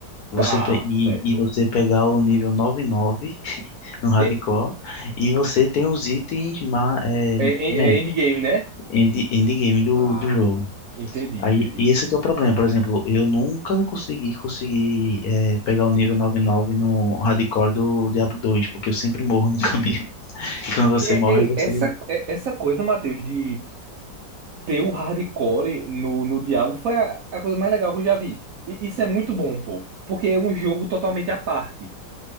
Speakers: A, on the left; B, on the right.
A: você,
B: tá,
A: pe- e,
B: certo.
A: e você pegar o nível 99 <laughs> no hardcore,
B: É,
A: e você tem os itens ma, é,
B: é, é
A: meta,
B: é endgame, né?
A: end, endgame do,
B: Ah,
A: do jogo.
B: entendi,
A: Aí,
B: entendi.
A: e esse que é o problema, por exemplo, eu nunca consegui conseguir é, pegar o nível 99 no hardcore do Diablo dois, porque eu sempre morro no <laughs> caminho. E quando você
B: Ei,
A: morre,
B: ei,
A: você
B: essa, é- essa coisa, Matheus, de ter o hardcore no, no diabo foi a, a coisa mais legal que eu já vi. E isso é muito bom, pô, porque é um jogo totalmente à parte.